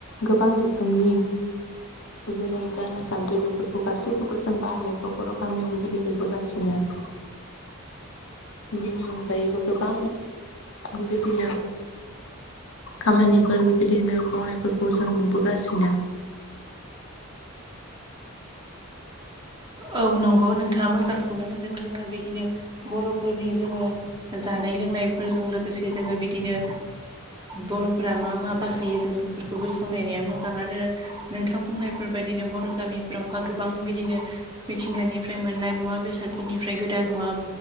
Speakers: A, on the left; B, on the right.
A: गोबां रोखोमनि जेरै दाला सान्द्रि बेफोरखौ गासैखौबो जों बाहायनायखौ बर' गामियाव बेबायदि नुबोगासिनो। <unintelligible> बेनि अनगायैबो गोबां बेबायदिनो। खामानिफोर बेबायदिनो मावनायफोरखौ जों नुबोगासिनो।
B: औ नंगौ नोंथाङा। मोजांखौनो होनदों जोङो बिदिनो। बर'फोरनि जोङो जानाय लोंनायफोरजों लोगोसे जोङो बिदिनो। बर'फोरा मा मा बाहायो जों बेफोरखौबो सावरायनाया मोजां आरो नोंथां बुंनायफोर बायदिनो बर' गामिफोराव गोबां बिदिनो। मिथिंगानिफ्राय मोननाय मुवा बेसादफोरनिफ्राय गोदान मुवा